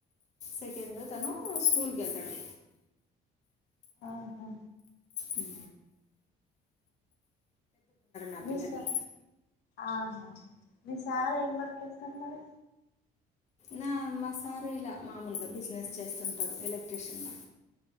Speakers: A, on the left; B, on the left.
A: సెకండ్ తను స్కూల్కి కేళ్తాడు.
B: ఆహా
A: ఉ నా
B: నిష
A: పిల్లలు
B: ఆహ మీ సార్ ఏం వర్క్ చేస్తున్నారు.
A: నా మా సారు ఇలా మామూల్గా బిజినెస్ చేస్తుంటారు ఎలక్ట్ర్రిషియన్లో